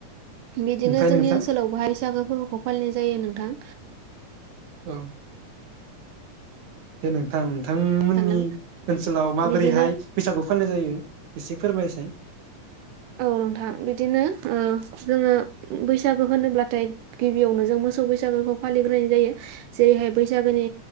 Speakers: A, on the right; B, on the right.
A: बिदिनो
B: ओमफ्राय
A: जोंनि
B: नोंथां
A: ओनसोलाव बोहाय बैसागो फोर्बोखौ फालिनाय जायो नोंथां।
B: औ। दे नोंथां थांमोननि
A: सानदों
B: ओनसोलाव माबोरैहाय
A: बिदिनो
B: बैसागु फालिनाय जायो? एसे फोरमायसै।
A: औ नोंथां बिदिनो ओ जोङो बैसागो होनोब्लाथाय गिबियावनो जों मोसौ बैसागोखौ फालिग्रोनाय जायो जेरैहाय बैसागोनि